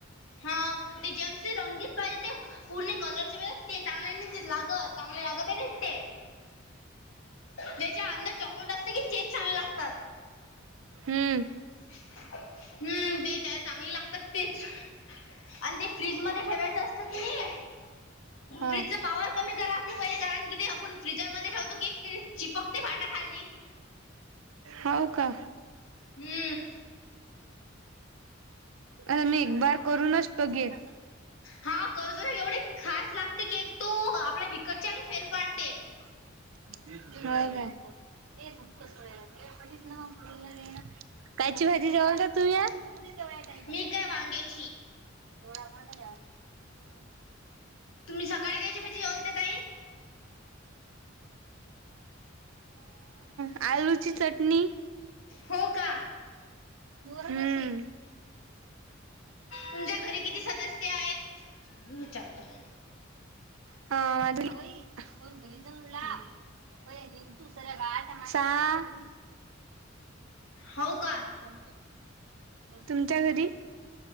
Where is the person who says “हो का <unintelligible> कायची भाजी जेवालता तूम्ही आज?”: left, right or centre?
Right